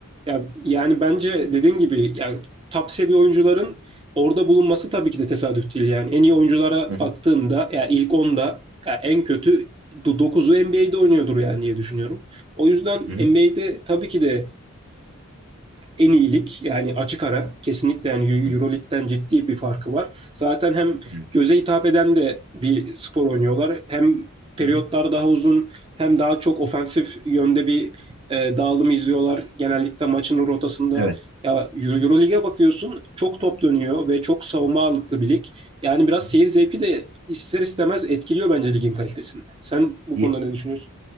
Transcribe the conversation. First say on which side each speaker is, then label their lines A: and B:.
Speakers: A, on the right; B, on the right.
A: Ya, yani bence dediğin gibi yani top seviye oyuncuların orada bulunması tabii ki de tesadüf değil yani. En iyi oyunculara
B: Hı hı,
A: baktığımda ya ilk onda ya en kötü 9'u NBA'de oynuyordur yani diye düşünüyorum. O yüzden
B: hı hı,
A: NBA'de tabii ki de en iyilik yani açık ara kesinlikle yani
B: hı
A: Euroleague'den ciddi bir farkı var. Zaten hem
B: hı,
A: göze hitap eden de bir spor oynuyorlar. Hem periyotlar
B: hı hı.
A: daha uzun hem daha çok ofensif yönde bir e, dağılım izliyorlar. Genellikle maçın rotasında
B: Evet.
A: ya Euroleague'e bakıyorsun çok top dönüyor ve çok savunma ağırlıklı bir lig. Yani biraz
B: Hı
A: seyir
B: hı.
A: zevki de ister istemez etkiliyor bence ligin kalitesini. Sen bu
B: Ye-
A: konuda ne düşünüyorsun?